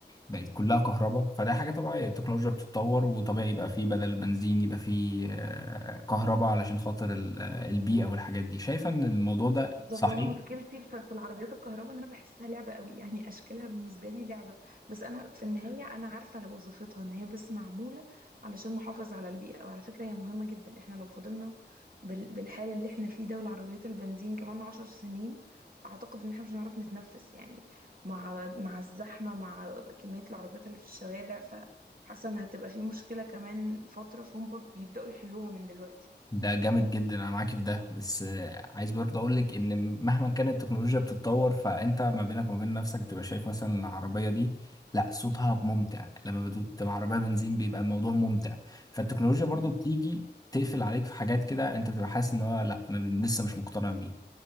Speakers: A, on the left; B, on the right.
A: بقت كلها كهرباء فده حاجه طبيعيه التكنولوجيا بتتطور وطبيعي يبقى فيه بدل بنزين يبقى فيه آه، كهرباء علشان خاطر ال- آه، البيئه والحاجات دي شايفه ان الموضوع ده
B: بالظبط
A: صحيح
B: وانا مشكلتي ف- في العربيات الكهرباء ان انا بحسها لعبه قوي يعني اشكالها بالنسبه لي لعبه بس انا في النهايه انا عارفه وظيفتها ان هي بس معموله علشان نحافظ على البيئه وعلى فكره هي مهمه جدا احنا لو فضلنا بال- بالحال اللي احنا فيه ده والعربيات البنزين كمان عشر سنين اعتقد ان احنا مش هنعرف نتنفس يعني مع مع الزحمه مع كميه العربيات اللي في الشوارع فحاسه ان هتبقى في مشكله كمان فتره فهم بيبداوا يحلوها من دلوقتي
A: ده جامد جدا انا معاك في ده بس آه، عايز برضه اقول لك ان مهما كانت التكنولوجيا بتتطور فانت ما بينك وما بين نفسك بتبقى شايف مثلا العربيه دي لا صوتها ممتع لما بت- بتبقى عربيه بنزين بيبقى الموضوع ممتع فالتكنولوجيا برضه
B: مم.
A: بتيجي تقفل عليك في حاجات كده انت بتبقى حاسس ان هو لا انا لسه مش مقتنع بيها